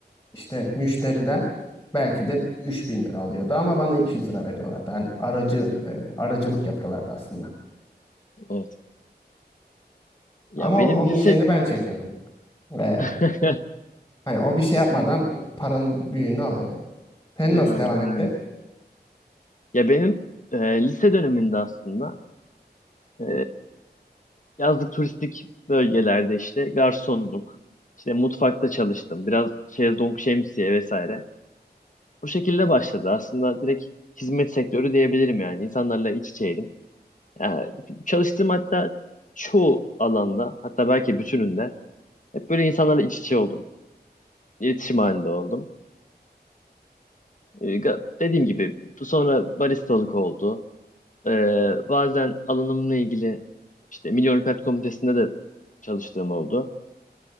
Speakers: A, on the left; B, on the left.
A: işte müşteriden belki de 3000 lira alıyordu ama bana 200 lira veriyorlardı. Hani aracı e, aracılık yapıyorlardı aslında.
B: Evet. Ya
A: Ama
B: benim
A: onun
B: lise...
A: şeyini ben çekiyordum. Ee,
B: <laughs>
A: Hani o bir şey yapmadan paranın büyüğünü alıyordu. Sen
B: Aynen
A: nasıl devam etti?
B: öyle. Ya benim e, lise döneminde aslında e, yazlık turistik bölgelerde işte garsonluk, işte mutfakta çalıştım. Biraz şezlong, şemsiye vesaire. Bu şekilde başladı. Aslında direkt hizmet sektörü diyebilirim yani. İnsanlarla iç içeydim. Ya, çalıştığım hatta çoğu alanda hatta belki bütününde hep böyle insanlarla iç içe oldum. iletişim halinde oldum. Ee, ga- Dediğim gibi sonra baristalık oldu. Ee, bazen alanımla ilgili işte Milli Olimpiyat Komitesi'nde de çalıştığım oldu.